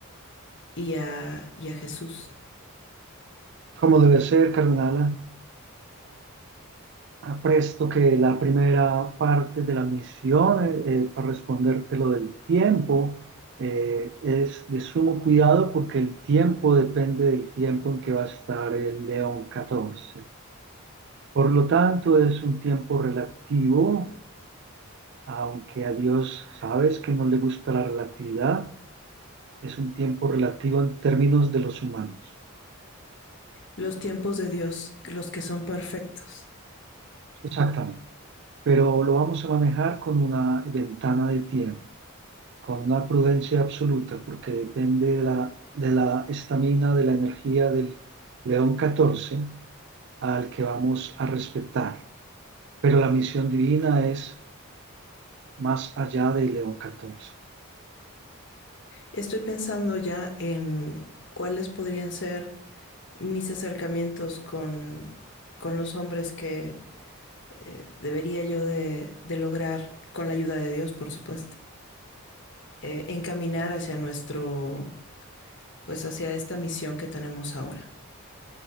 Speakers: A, on the left; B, on the right.
A: y a, y a Jesús.
B: ¿Cómo debe ser, cardenal? Presto que la primera parte de la misión, eh, eh, para responderte lo del tiempo, eh, es de sumo cuidado porque el tiempo depende del tiempo en que va a estar el león 14. Por lo tanto, es un tiempo relativo, aunque a Dios sabes que no le gusta la relatividad, es un tiempo relativo en términos de los humanos.
A: Los tiempos de Dios, los que son perfectos.
B: Exactamente. Pero lo vamos a manejar con una ventana de tiempo. con una prudencia absoluta, porque depende de la, de la estamina, de la energía del león 14 al que vamos a respetar. Pero la misión divina es más allá del león catorce
A: Estoy pensando ya en cuáles podrían ser mis acercamientos con, con los hombres que, eh, debería yo de, de lograr, con la ayuda de Dios, por supuesto, eh, encaminar hacia nuestro, pues hacia esta misión que tenemos ahora.